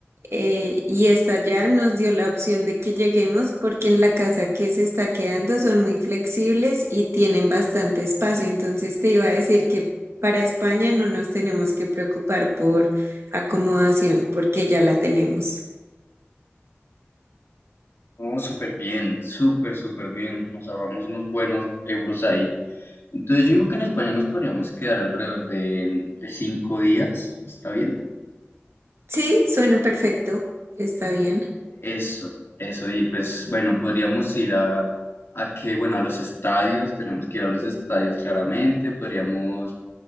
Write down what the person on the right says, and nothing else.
eh, y está allá, nos dio la opción de que lleguemos porque en la casa que se está quedando son muy flexibles y tienen bastante espacio. Entonces te iba a decir que para España no nos tenemos que preocupar por acomodación porque ya la tenemos.
Sí, suena perfecto. Está bien.